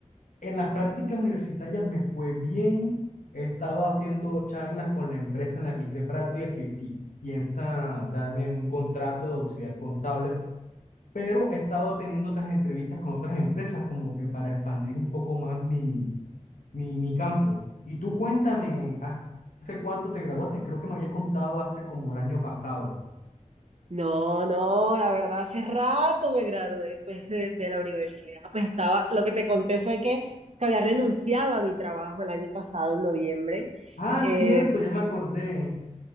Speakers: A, on the left; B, on the right.
A: en las prácticas universitarias me fue bien, he estado haciendo charlas con la empresa en la que hice práctica que pi- piensa darme un contrato de auxiliar contable, pero he estado teniendo otras entrevistas con otras empresas como que para expandir un poco más mi, mi, mi campo. Y tú cuéntame, ¿hace hace cuánto te graduaste? Creo que me habías contado hace como el año pasado.
B: No, no, la verdad hace rato me gradué pues de, de la universidad. Pues estaba, lo que te conté fue que, que había renunciado a mi trabajo el año pasado, en noviembre.
A: Ah,
B: Eh,
A: cierto, ya me acordé.